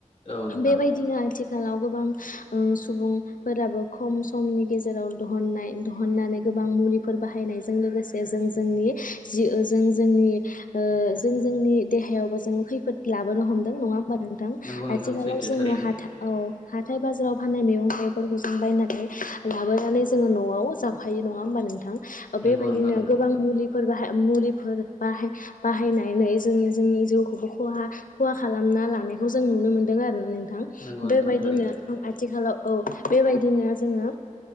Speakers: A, on the left; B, on the left.
A: औ नोंथां
B: बेबायदिनो आथि। खालाव गोबां ओ सुबुंफोराबो खम समनि गेजेराव दहननाय दहननानै गोबां मुलिफोर बाहायनायजों लोगोसे जों जोंनि जि जों जोंनि ओ जों जोंनि देहायावबो। जोङो खैफोद। लाबोनो हमदों नङा होमबा नोंथां
A: नंगौ नोंथां
B: आथिखालाव
A: सैथो
B: जोङो
A: थारैनो
B: हाथा औ। हाथाय बाजाराव फाननाय मेगं थाइगंफोरखौ जों बायनानै लाबोनानै जोङो न'आव जाफायो नङा होमबा नोंथां।
A: नंगौ
B: बेबायदिनो
A: नोंथां नंगौ
B: गोबां मुलि। फोर बाहाय मुलिफोर बाहाय बाहायनानै जोंनि जोंनि जि खौ खहा खहा खालामना लानायखौ जों नुनो मोनदों आरोना नों। थां
A: नंगौ
B: बेबायदिनो
A: नोंथां थारैनो
B: आ आथिखालाव। औ बेबायदिनो जोङो